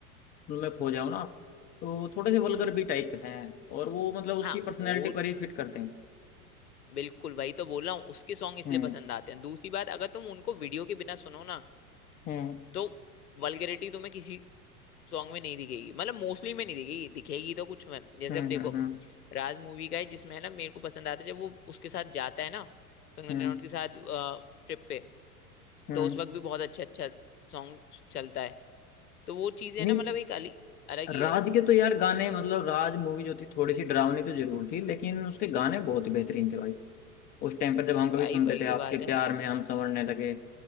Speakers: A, on the left; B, on the left.
A: उनमें खो जाओ ना तो थोड़े से वल्गर भी टाइप हैं और वो मतलब उसकी
B: हाँ
A: पर्सनैलिटी
B: वो
A: पर ही फिट करते हैं
B: बिल्कुल वही तो बोल रहा हूँ उसके सॉन्ग इसलिए
A: हम्म
B: पसंद आते हैं दूसरी बात अगर तुम उनको वीडियो के बिना सुनो ना
A: हम्म
B: तो वल्गैरिटी तुम्हें किसी सॉन्ग में नहीं दिखेगी मतलब मोस्टली में नहीं दिखेगी दिखेगी तो कुछ में जैसे
A: हम्म
B: अब देखो
A: हम्म हम्म
B: राज मूवी का है जिसमें है ना मेरे को पसंद आता है जब वो उसके साथ जाता है ना कंगना
A: हम्म
B: रनौत के साथ ट्रिप पे
A: हम्म।
B: तो उस वक्त भी बहुत अच्छा अच्छा सॉन्ग चलता है तो वो चीजें
A: नहीं
B: ना मतलब एक अलग अलग
A: राज
B: ही है
A: के तो यार गाने मतलब राज मूवी जो थी थोड़ी सी डरावनी तो जरूर थी लेकिन उसके गाने बहुत ही बेहतरीन थे भाई उस टाइम पर जब हम कभी
B: भाई
A: सुनते
B: वही
A: थे आपके
B: तो बात है
A: प्यार में हम संवरने लगे